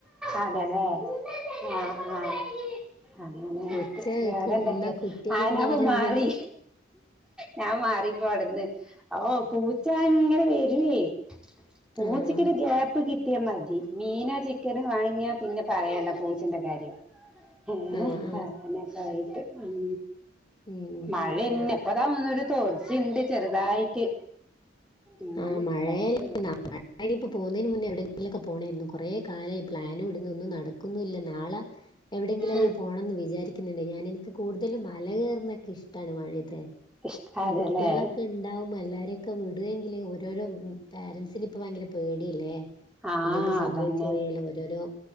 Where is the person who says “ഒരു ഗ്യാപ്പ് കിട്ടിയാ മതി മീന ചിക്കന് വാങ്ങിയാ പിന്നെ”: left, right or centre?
Centre